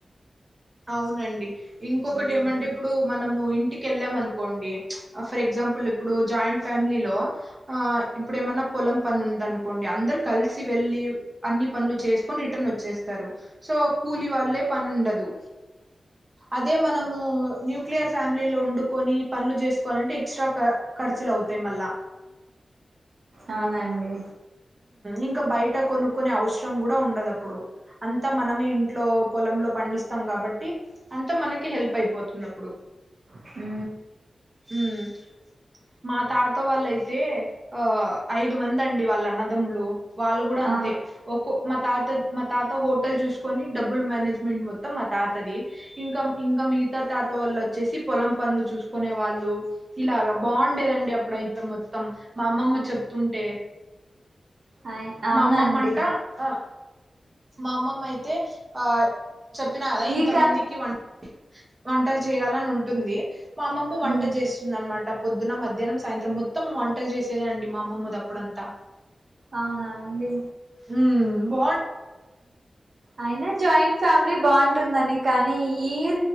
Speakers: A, on the right; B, on the right.
A: అవునండి ఇంకొకటి
B: మ్మ్
A: ఏమంటే ఇప్పుడు మనము ఇంటికెళ్ళాంఅనుకోండి కోండి ఫర్ ఎగ్జాంపుల్ ఇప్పుడు జాయింట్ ఫ్యామిలీలో ఆ ఇప్పుడు ఏమన్నా పొలం పని ఉంద అనుకోండి అందరు కలిసి వెళ్లి అన్ని పనులు చేసుకొని రిటర్న్ వచ్చేస్తారు సో కూలి వాళ్ళే పని ఉండదు అదే మనము న్యూక్లియర్ ఫ్యామిలీ లో వండుకొని పనులు చేసుకోవాలంటే ఎక్స్ట్రా ఖర్చులు అవుతాయి మళ్ళా
B: అవునండి
A: ఇంకా బయట కొనుకునే అవసరం కూడా ఉండదుప్పుడు అంతా మనమే ఇంట్లో పొలంలో పండిస్తాం కాబట్టి అంతా మనకి హెల్ప్ అయిపోతుంది అప్పుడు
B: హు
A: ఉమ్ మా తాత వాళ్ళయితే ఆ ఐదు మంది అండి వాళ్ళన్న దమ్ములు వాళ్ళు కూడా అంతే
B: ఆ
A: ఒ మా తాత మా తాత హోటల్ చూసుకొని డబ్బుల్ మేనేజ్మెంట్ మొత్తం మా తాతది ఇంకా ఇంకా మిగతా తాత వాళ్ళు వచ్చేసి పొలం పనులు చూసుకునే వాళ్ళు ఇలాగా బాగుండేదండి అప్పుడు ఇంత మొత్తం మా అమ్మమ్మ చెప్తుంటే
B: అయ్ అవునండి
A: మా అమ్మమ్మంటా ఆ మా అమ్మమ్మ అయితే ఆ చెప్పినా కదా ఇంత
B: ఈ కా
A: మందికి వ వంటలు చేయాలని ఉంటుంది మా అమ్మమ్మ వంట
B: ఉమ్
A: చేస్తుంది అనమాట పొద్దున, మధ్యాహ్నం, సాయంత్రం మొత్తం వంటలు చేసేదే అండి. మా అమ్మమ్మదాప్పుడంతా
B: అవునా అండి.
A: హ్మ్ బాగుం
B: అయినా జాయింట్ ఫ్యామిలీ బాగుంటుంద నిక్ కానీ ఈ ఇ